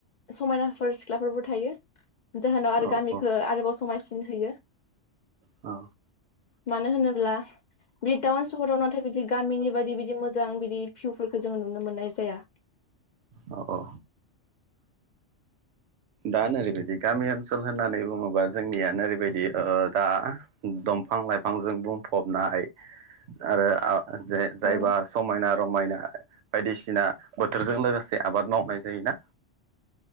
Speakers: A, on the left; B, on the right.
A: समायनाफोर सिख्लाफोरबो थायो जाहोनाव आरो
B: औ
A: गामिखो
B: औ
A: आरोबाव समायसिन होयो।
B: औ।
A: मानो होनोब्ला बि टाउन सहराव नाथाय बिदि गामिनि बायदि बिदि मोजां बिदि भिउफोरखौ जोङो नुनो मोननाय जाया।
B: औ औ। दा नोरैबायदि गामि ओनसोल होननानै बुङोबा जोंनियानो नोरैबायदि ओ दा दंफां लाइफांजों बुंफबनाय आरो जे जायबा
A: औ
B: समायना रमायना बायदिसिना बोथोरजों लोगोसे आबाद मावनाय जायोना।